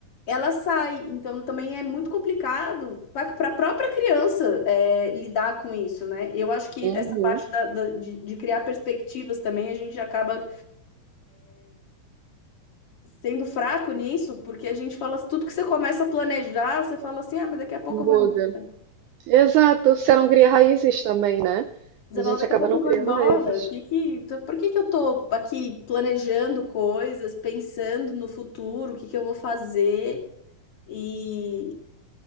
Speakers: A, on the left; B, on the right.
A: ela sai. Então também é muito complicado para a própria criança é, lidar com isso, né? Eu acho que
B: Uhum.
A: essa parte da- da- de, de criar perspectivas também a gente acaba sendo fraco nisso, porque a gente fala, tudo que você começa a planejar, você fala assim, ah, mas daqui a pouco
B: Muda.
A: eu vou embora.
B: Exato. Você não cria raízes também, né?
A: Você
B: A gente
A: fala, daqui
B: acaba
A: a pouco
B: não
A: eu
B: criando
A: vou embora.
B: raízes.
A: Que que, então, por que que eu tô aqui planejando coisas, pensando no futuro, o que que eu vou fazer e